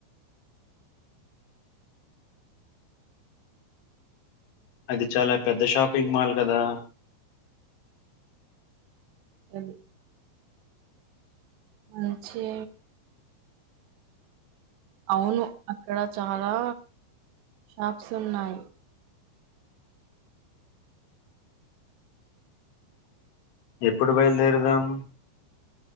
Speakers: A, on the left; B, on the right.
A: అది చాలా పెద్ద షాపింగ్ మాల్ కదా
B: అవు వచ్చే అవును అక్కడ చాలా షాప్స్ ఉన్నాయి
A: ఎప్పుడు బయలుదేరు దాం